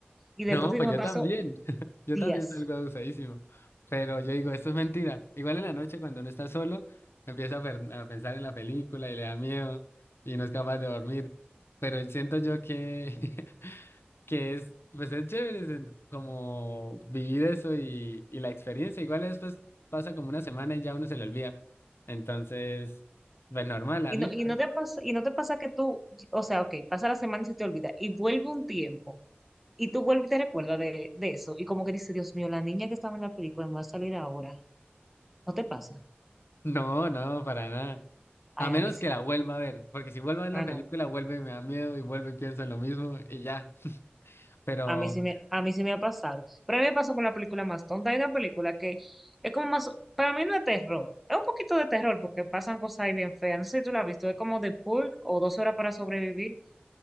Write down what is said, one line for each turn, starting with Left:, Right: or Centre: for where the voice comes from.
Centre: Y después
Left: No,
Centre: te
Left: pues
Centre: digo, me
Left: yo
Centre: pasó
Left: también. <laughs> Yo
Centre: días
Left: también salgo abusadísimo. Pero yo digo, esto es mentira. Igual en la noche cuando uno está solo, empieza a, per- a pensar en la película y le da miedo y no es capaz de dormir. Pero siento yo que, <laughs> que es, pues es chévere es como vivir eso y, y la experiencia. Igual después pasa como una semana y ya uno se le olvida. Entonces, pues normal. A
Centre: Y
Left: mí,
Centre: no, y no te pasa, y no te pasa que tú, o sea, ok, pasa la semana y se te olvida, y vuelve un tiempo, y tú vuelves y te recuerdas de, de eso, y como que dices, Dios mío, la niña que estaba en la película me va a salir ahora. ¿No te pasa?
Left: No, no, para nada.
Centre: Ay,
Left: A menos
Centre: a mí sí.
Left: que la vuelva a ver, porque si vuelvo a ver
Centre: Ah,
Left: la película,
Centre: no.
Left: vuelve y me da miedo y vuelvo y pienso en lo mismo y ya. Pero
Centre: A mí sí me, a mí sí me ha pasado. Pero a mí me pasó con la película más tonta. Hay una película que es como más, para mí no es terror, es un poquito de terror porque pasan cosas ahí bien feas. No sé si tú la has visto, es como The Purge o Dos horas para sobrevivir.